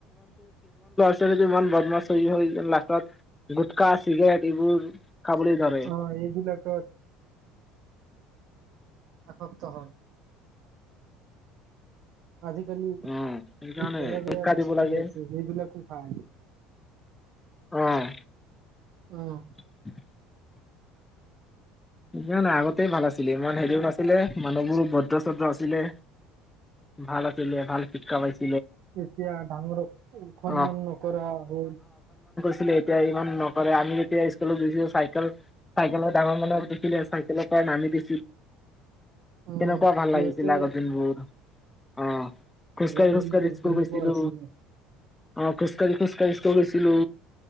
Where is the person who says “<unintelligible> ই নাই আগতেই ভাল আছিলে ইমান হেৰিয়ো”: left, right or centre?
Left